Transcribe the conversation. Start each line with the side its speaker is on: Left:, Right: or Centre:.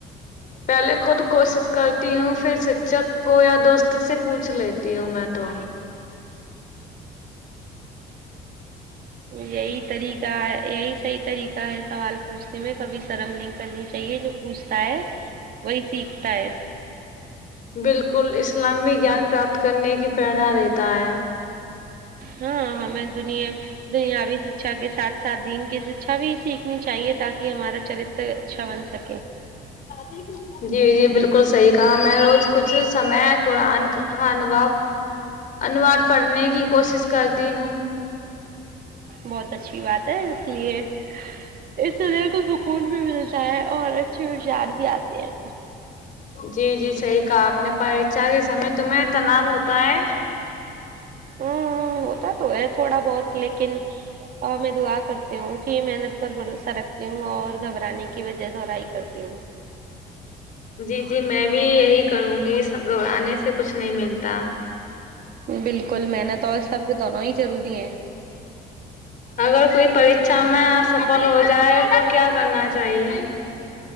Left: پہلے خود کوشش کرتی ہوں پھر سیکشک کو یا دوست سے پوچھ لیتی ہوں میں تو
Right: یہی طریقہ ہے یہی صحیح طریقہ ہے سوال پوچھتے میں کبھی شرم نہیں کرنی چاہیے جو پوچھتا ہے وہی سیکھتا ہے
Left: بالکل اسلام میں گیان پراپت کرنے کی پریرنا دیتا ہے
Right: ہاں ہمیں دنیا دنیاوی سیکشا کے ساتھ ساتھ دین کی سیکشا بھی سیکھنی چاہیے تاکہ ہمارا چرتر اچھا بن سکے
Left: آ ج <unintelligible> جی جی بالکل صحیح کہا میں روز کچھ سمے قرآن خوان وا انوار پڑھنے کی کوشش کرتی ہوں
Right: بہت اچھی بات ہے اس لیے اس سے دل کو سکون بھی ملتا ہے اور اچھے ہوشار بھی آتے ہیں
Left: جی جی صحیح کہا آپ نے پریچا کے سمے تمہیں تناؤ ہوتا ہے
Right: ہوں ہوں ہوتا تو ہے تھوڑا بہت لیکن اور میں دعا کرتی ہوں کہ محنت پر بھروسہ رکھتی ہوں اور گھبرانے کی وجہ دہرائی کرتی ہوں
Left: جی جی میں بھی یہی کرونگی سا گھبرانے سے کچھ نہیں ملتا
Right: بالکل محنت اور صبر دونوں ہی ضروری ہیں
Left: اگر کوئی پرچھا میں ا سفل ہو جائے تو کیا کرنا چاہیے